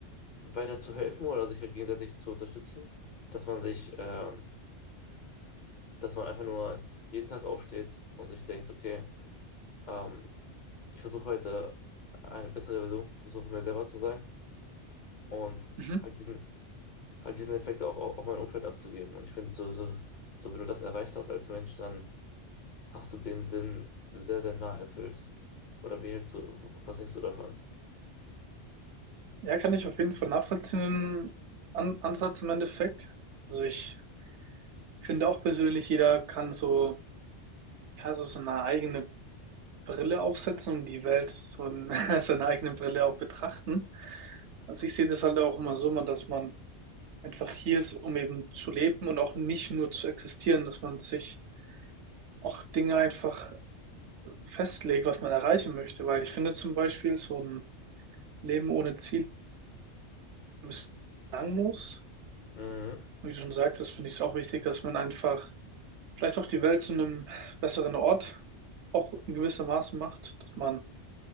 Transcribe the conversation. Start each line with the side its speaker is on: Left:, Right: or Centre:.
Left: weiter zu helfen oder sich halt gegenseitig zu unterstützen, dass man sich, ähm, dass man einfach nur jeden Tag aufsteht und sich denkt, okay, ähm, ich versuche heute eine bessere Version so von mir selber zu sein und
Right: Mhm.
Left: halt diesen halt diesen Effekt auch au- auf mein Umfeld abzugeben. Und ich finde, so, so, so wenn du das erreicht hast als Mensch, dann hast du den Sinn sehr, sehr nah erfüllt. Oder wie hältst du, was denkst du davon?
Right: Ja, kann ich auf jeden Fall nachvollziehen, den An Ansatz im Endeffekt. Also ich finde auch persönlich, jeder kann so, ja, so seine eigene Brille aufsetzen und die Welt so in <laughs> seine eigene Brille auch betrachten. Also ich sehe das halt auch immer so, man, dass man einfach hier ist, um eben zu leben und auch nicht nur zu existieren, dass man sich auch Dinge einfach festlegt, was man erreichen möchte, weil ich finde zum Beispiel so ein Leben ohne Ziel ein bisschen langlos.
Left: Mhm.
Right: Wie du schon sagtest, finde ich es auch wichtig, dass man einfach vielleicht auch die Welt zu einem besseren Ort auch in gewissem Maße macht, dass man